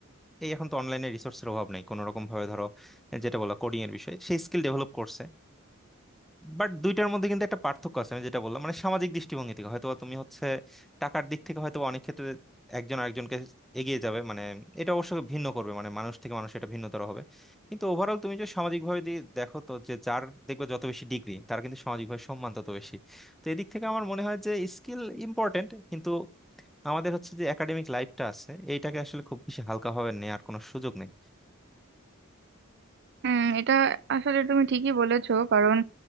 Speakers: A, in the centre; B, on the right.
A: এই এখন তো অনলাইনে রিসোর্সের অভাব নেই কোনো রকম ভাবে ধরো যেটা বলা কোডিং এর বিষয় সেই স্কিল ডেভেলপ করছে বাট দুইটার মধ্যে কিন্তু একটা পার্থক্য আছে আমি যেটা বললাম মানে সামাজিক দৃষ্টিভঙ্গি থেকে হয়তো তুমি হচ্ছে টাকার দিক থেকে হয়তো অনেক ক্ষেত্রে একজন আরেকজনকে এগিয়ে যাবে মানে এটা অবশ্য ভিন্ন করবে মানে মানুষ থেকে মানুষ এটা ভিন্নতর হবে কিন্তু ওভারঅল তুমি যে সামাজিক ভাবে দেখো তো যে যার দেখবে যত বেশি ডিগ্রি তার কিন্তু সামাজিক ভাবে সম্মান তত বেশি তো এদিক থেকে আমার মনে হয় যে স্কিল ইম্পর্টেন্ট কিন্তু আমাদের হচ্ছে যে একাডেমিক লাইফটা আছে এইটাকে আসলে খুব বেশি হালকাভাবে নেওয়ার কোনো সুযোগ নেই
B: হুম এটা আসলে তুমি ঠিকই বলেছো কারণ